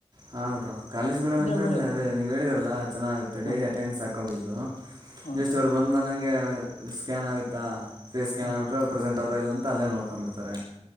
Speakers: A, on the right (about 40°); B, on the left (about 80°).
A: ಹಾ ಬ್ರೋ ಕಾಲೇಜ್ಗಳಗೆಂದರೆ
B: ಅಂದ್ರೆ ಬ್ರೋ
A: ಅದು ನೀವು ಹೇಳಿದರಲ್ಲ ಚೆನ್ನಾಗುತ್ತೆ
B: ಹಾ
A: ಡೈಲಿ ಅಟೆಂಡೆನ್ಸ್ ಹಾಕೋಬದ್ಲು.
B: ಹಾ
A: ಜಸ್ಟ್ ಅವರು ಬಂದಂಗೆ. <unintelligible> ಹಗೆ ಸ್ಕ್ಯಾನ್ ಆಗುತ್ತಾ ಫೇಸ್ ಸ್ಕ್ಯಾನ್
B: ಹಾ
A: ಆಗ್ಬಿಟ್ರೆ ಪ್ರೆಸೆಂಟ್ ಅವರು ಇಲ್ಲ ಅಂತ ಅಲ್ಲೇ ನೋಡ್ಕೊಂಡ್ಬಿಡ್ತಾರೆ.